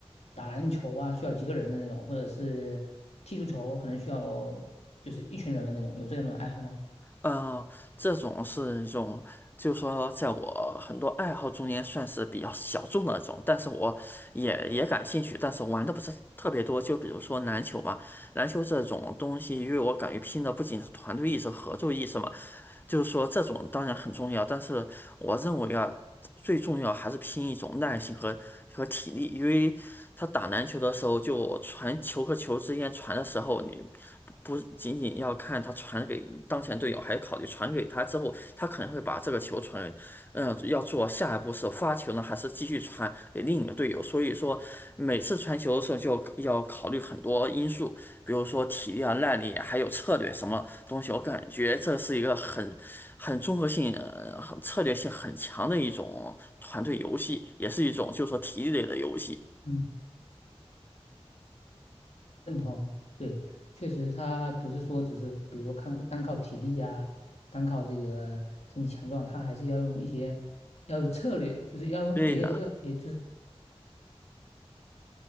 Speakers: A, on the left; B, on the left.
A: 打篮球啊，需要几个人的那种，或者是踢足球，可能需要就是一群人的那种，有这样的爱好吗？
B: 呃，这种是一种，就是说，在我很多爱好中间算是比较小众的那种，但是我也也感兴趣，但是玩的不是特别多。就比如说篮球吧，篮球这种东西，因为我感觉拼的不仅是团队意识、合作意识嘛，就是说这种当然很重要，但是我认为啊，最重要还是拼一种耐心和和体力，因为他打篮球的时候，就传球和球之间传的时候，你不不仅仅要看他传给当前队友，还要考虑传给他之后，他可能会把这个球传给嗯，要做下一步是发球呢，还是继续传给另一个队友？所以说，每次传球的时候就要考虑很多因素，比如说体力啊、耐力，还有策略什么东西。我感觉这是一个很、很综合性、呃很策略性很强的一种团队游戏，也是一种就是说体力类的游戏。
A: 嗯。认同，对，确实，他不是说只是比如说看单靠体力啊，单靠这个身体强壮，他还是要用一些要有策略，就是要用也有要，
B: 对的，
A: 也就是